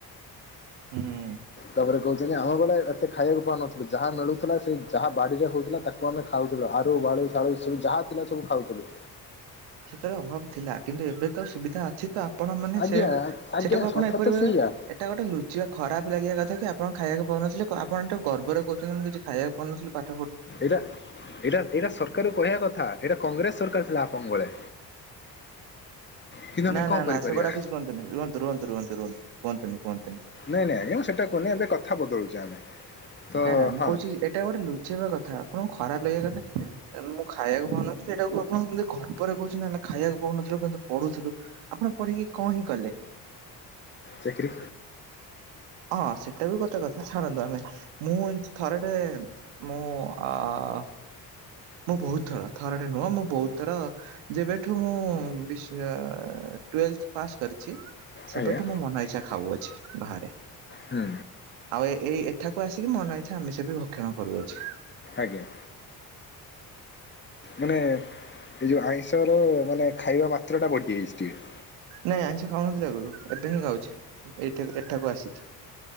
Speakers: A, on the right; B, on the left.
A: ହୁଁ।
B: ତାପରେ କହୁଛନ୍ତି ଆମ ବେଳେ ଏତେ ଖାଇବାକୁ ପାଉନଥିଲୁ ଯାହା ମିଳୁଥିଲା ସେ ଯାହା ବାଡିରେ ହଉଥିଲା ତାକୁ ତାକୁ ଆମେ ଖାଉଥିଲୁ। ଆରୁ ବାଳୁ ଶାଳୁ ସବୁ ଯାହା ଥିଲା ସବୁ ଖାଉଥୁଲୁ।
A: ସେତେବେଳେ ଅଭାବ ଥିଲା କିନ୍ତୁ ଏବେ ତ ସୁବିଧା ଅଛି ତ ଆପଣମାନେ
B: ଆଜ୍ଞା
A: ସେ
B: ଆଜ୍ଞା
A: ସେଟାକୁ ଆପଣ
B: କଥା
A: ଏପରି
B: ତ
A: ଭାବେ
B: ସେଇଆ
A: ଏଇଟା ଗୋଟେ ଲୁଚିବା ଖରାପ ଲାଗିବା କଥା କି ଆପଣ ଖାଇବାକୁ ପାଉନଥିଲେ ଆପଣ ଏଇଟାକୁ ଗର୍ବରେ କହୁଛନ୍ତି ମୁଁ କିଛି ଖାଇବାକୁ ପାଉନଥିଲି ପାଠ୍
B: ଏଇଟା ଏଇଟା ଏଇଟା ସରକାରକୁ କହିବା କଥା ଏଇଟା କଂଗ୍ରେସ ସରକାର ଥିଲା ଆପ <inaudible> ବେଳେ। କିନ୍ତୁ ଆମେ
A: ନା-ନା-ନା
B: କଣ କରିପାରିବା।
A: ସେଗୁଡା କିଛି କୁହନ୍ତୁନି, ରୁହନ୍ତୁ ରୁହନ୍ତୁ ରୁହନ୍ତୁ ରୁହନ୍ତୁ କୁହନ୍ତୁନି। କୁହନ୍ତୁନି
B: ନାଇଁ ନାଇଁ ଆଜ୍ଞା ମୁଁ ସେଟା କହୁନି ଏବେ କଥା ବଦଳେଉଛେ ଆମେ। ତ
A: ନାଇଁ ନା, ମୁଁ
B: ହଁ
A: କହୁଛି ଏଇଟା ଗୋଟେ ଲୁଚେଇବା କଥା ଆପଣ ଖରାପ <inaudible> କଥା, ମୁଁ ଖାଇବାକୁ ପାଉ ନଥିଲି ଏଇଟାକୁ ଆପଣ କେମିତି ଗର୍ବରେ କହୁଛନ୍ତି ଆମେ ଖାଇବାକୁ ପାଉନଥିଲୁ କିନ୍ତୁ ପଢୁଥିଲୁ। ଆପଣ ପଢିକି କଣ ହିଁ କଲେ?
B: ଚାକିରି।
A: ହଁ ସେଟା ବି ଗୋଟେ କଥା ଛାଡନ୍ତୁ ଆମେ ମୁଁ ଥର ଟେ ମୁଁ ଆ-ଆ-ଆ ମୁଁ ବହୁତ ଥର ଥରଟେ ନୁହଁ ମୁଁ ବହୁତ ଥର ଯେବେଠୁ ମୁଁଉ-ଉ-ଉ <inaudible> ଟ୍ୟୁଲେଭ୍ ଟ୍ୟୁଲେଥ୍ ପାସ୍ କରିଚି ସେବେଠୁ
B: ଆଜ୍ଞା
A: ମୁଁ ମନ ଇଚ୍ଛା ଖାଉଅଛି ବାହାରେ।
B: ହୁଁ
A: ଆଉ ଏଇ ଏଠାକୁ ଆସିକି ମନ ଇଛା ଆମିଷ ବି ଭକ୍ଷଣ କରୁଅଛି।
B: ଆଜ୍ଞା। ମାନେ ଏଇ ଯୋଉ ଆଇଁଷର ମାନେ ଖାଇବା ମାତ୍ରାଟା ବଢି ଯାଇଛି ଟିକେ।
A: ନାଇଁ ଆଇଁଷ ଖାଉନଥିଲି ଆଗରୁ ଏବେ ହିଁ ଖାଉଛି ଏଠ ଏଠାକୁ ଆସିକି।